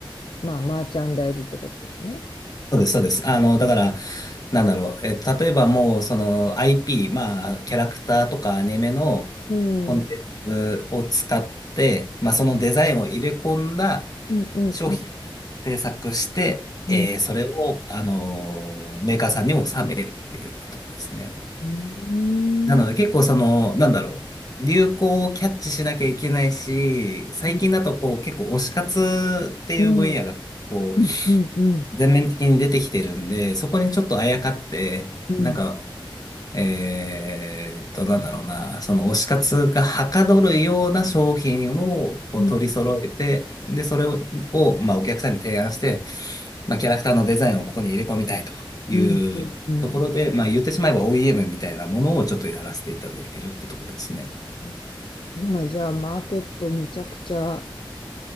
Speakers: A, on the left; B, on the left.
A: まあ、マーチャンダイズってことですね。
B: そうです、そうです。あの、だから、なんだろう。え、例えばもう、その IP、まあ、キャラクターとかアニメのコンテンツを使って、
A: うん、うん、
B: まあ、そのデザインを入れ込んだ
A: うん、うん、
B: 商品を制作して、えーそれを、
A: うん、
B: あのーメーカーさんに納めるっていうようなところですね。
A: うん、
B: なので結構その、なんだろう、流行をキャッチしなきゃいけないし、最近だとこう結構推し活っていう分野がこう
A: うん、うん、うん、うん、うん、
B: 全面的に出てきてるんで、そこにちょっとあやかって、
A: うん、うん、
B: なんかえーっと、なんだろうな、その推し活がはかどるような商品をこう取り揃えて、
A: うん、
B: で、それを、をまあ、お客さんに提案して、まあ、キャラクターのデザインをここに入れ込みたいというところで、
A: うん、うん。
B: まあ、言ってしまえば OEM みたいなものをちょっとやらせていただいているってところですね。
A: ね今じゃあマーケットめちゃくちゃ